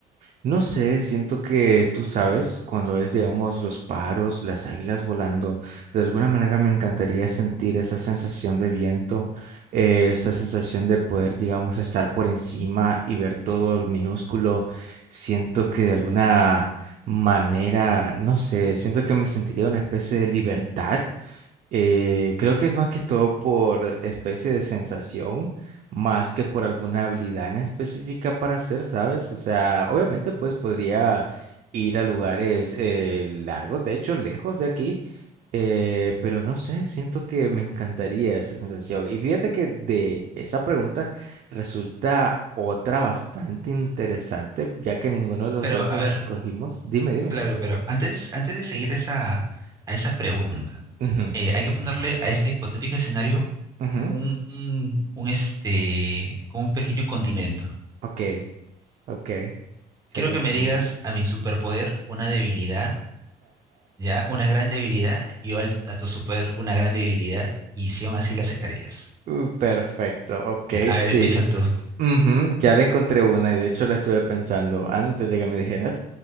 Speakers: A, on the right (about 50°); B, on the right (about 20°).
A: No sé, siento que tú sabes, cuando ves, digamos, los pájaros, las águilas volando, de alguna manera me encantaría sentir esa sensación de viento, eh, esa sensación de poder, digamos, estar por encima y ver todo el minúsculo. Siento que de alguna manera, no sé, siento que me sentiría una especie de libertad eh, creo que es más que todo por especie de sensación, más que por alguna habilidad en específica para hacer, ¿sabes? O sea, obviamente pues podría ir a lugares eh, largos, de hecho lejos de aquí, eh, pero no sé, siento que me encantaría esa sensación. Y fíjate que de esa pregunta resulta otra bastante interesante, ya que ninguno de los
B: Pero,
A: dos
B: a
A: escogimos.
B: ver,
A: Dime, dime.
B: claro, pero antes, antes de seguir esa, a esa pregunta,
A: Ujú,
B: eh, hay que ponerle a este hipotético escenario
A: ujú.
B: un, un, un, este, como un pequeño condimento.
A: Ok, ok,
B: Quiero
A: ya te
B: que
A: entendí.
B: me digas a mi superpoder una debilidad ¿ya? Una gran debilidad, yo al- a tu super una gran debilidad y si aún así la aceptarías.
A: Uh, Perfecto, ok,
B: Ya, a
A: sí.
B: ver, empieza tú.
A: Ujú, ya le encontré una y de hecho la estuve pensando antes de que me dijeras